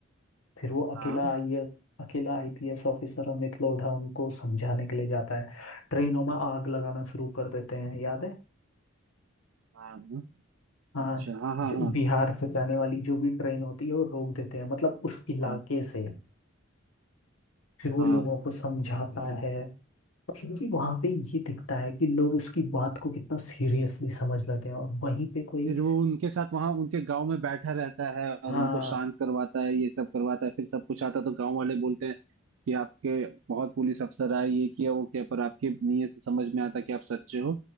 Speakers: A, on the left; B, on the right.
A: फिर वो अकेला
B: हाँ
A: आईएएस अकेला आईपीएस ऑफिसर अमित लोढ़ा उनको समझाने के लिए जाता है ट्रेनों में आग लगाना शुरू कर देते हैं याद है
B: हाँ हाँ,
A: हाँ
B: अच्छा हाँ हाँ
A: ज-
B: हाँ
A: बिहार से जाने वाली जो भी ट्रेन होती है वो रोक देते हैं मतलब उस इलाके
B: हाँ
A: से फिर वो
B: हाँ
A: लोगों को समझाता है क्योंकि वहां पे ये दिखता है कि लोग उसकी बात को कितना सीरियसली समझ लेते हैं और वहीं पे कोई
B: फिर वो उनके साथ वहां उनके गांव में बैठा रहता है और
A: हाँ
B: उनको शांत करवाता है ये सब करवाता है फिर सब कुछ आता है तो गांव वाले बोलते हैं कि आपके बहुत पुलिस अफसर आए ये किया वो किया पर आपकी नीयत से समझ में आता कि आप सच्चे हो